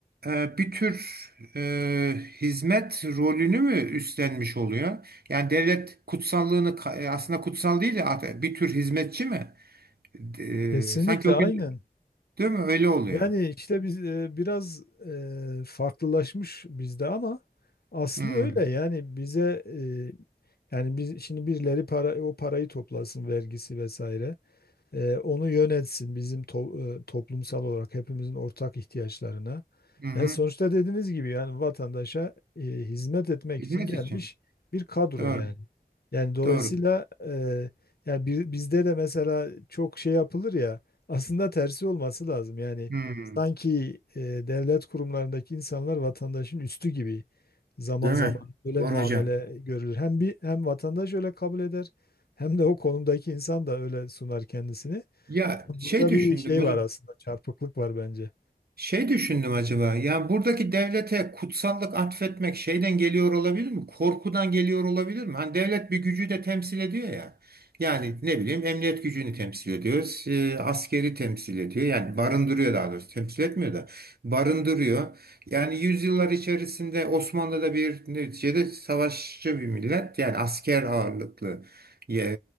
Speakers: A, on the right; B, on the left.
A: e, bir tür e, hizmet rolünü mü üstlenmiş oluyor? Yani devlet kutsallığını ka- e, aslında kutsal değil de bir tür hizmetçi mi? E,
B: Kesinlikle
A: sanki o
B: aynen.
A: gün değil mi? Öyle oluyor.
B: Yani işte biz e, biraz e, farklılaşmış bizde ama aslı
A: Hmm.
B: öyle. Yani bize e, yani biz şimdi birileri para o parayı toplasın vergisi vesaire. e, onu yönetsin bizim to- e, toplumsal olarak hepimizin ortak ihtiyaçlarına.
A: Hı hı.
B: Yani sonuçta dediğiniz gibi yani vatandaşa e, hizmet etmek
A: Hizmet
B: için gelmiş
A: için.
B: bir kadro
A: Doğru.
B: yani. Yani dolayısıyla
A: Doğru.
B: e, yani bi- bizde de mesela çok şey yapılır ya aslında tersi olması lazım. Yani
A: Hmm.
B: sanki e, devlet kurumlarındaki insanlar vatandaşın üstü gibi zaman
A: Değil
B: zaman
A: mi?
B: böyle
A: Doğru
B: muamele
A: hocam.
B: görülür. Hem bir hem vatandaş öyle kabul eder. Hem de o konumdaki insan da öyle sunar kendisini.
A: Ya
B: Burada
A: şey düşündüm
B: bir şey
A: hocam.
B: var aslında, çarpıklık var bence.
A: Şey düşündüm acaba. Yani buradaki devlete kutsallık atfetmek şeyden geliyor olabilir mi? Korkudan geliyor olabilir mi? Hani devlet bir gücü de temsil ediyor ya. Yani ne bileyim emniyet gücünü temsil ediyor. e, askeri temsil ediyor. Yani barındırıyor daha doğrusu. Temsil etmiyor da barındırıyor. Yani yüzyıllar içerisinde Osmanlı'da bir neticede savaşçı bir millet. Yani asker ağırlıklı e,